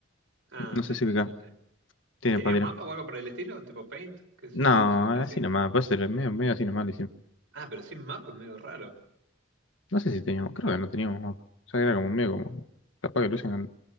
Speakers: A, on the right; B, on the left.
A: Ah,
B: No sé
A: sí,
B: si
A: sí,
B: acá
A: sí, sí.
B: tiene
A: ¿Y tenían
B: para tirar.
A: mapa o algo por el estilo? ¿Tipo Paint? Que es-
B: No,
A: no sé qué hacían.
B: así nomás, puede ser medio, medio así nomás,
A: Ah, pero sin mapa es medio raro.
B: No sé si teníamos, creo que no teníamos mapa. O sea, era como medio como. Capaz que Lucian